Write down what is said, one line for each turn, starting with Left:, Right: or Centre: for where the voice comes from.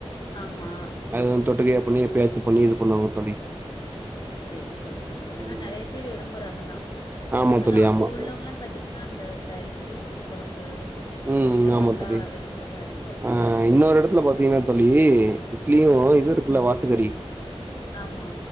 Left: ஆமா
Right: அது வந்து தொட்டுக்கையா பண்ணி எப்பயாச்சு பண்ணி இது பண்ணுவாங்க தோழி
Left: ஓ செரி செரி செரி ஆனா
Right: ம்
Left: நெறைய பேர் இரும்பறாங்கதா
Right: ஆமா
Left: அது
Right: தோழி
Left: அப்ப
Right: ஆமா
Left: உள்ளவங்களா பாத்திங்கன்னா அந்த ச இட்லி மீன் கொழம்பு
Right: ம்
Left: இந்த மார்லா
Right: ஆமா தோழி
Left: விரும்புறது அதிகோ
Right: ஆ
Left: ம்
Right: இன்னொரு எடத்துல பாத்திங்னா தோழி இட்லியு
Left: ம்
Right: இது இருக்குல்ல வாத்துக்கறி
Left: ஆமா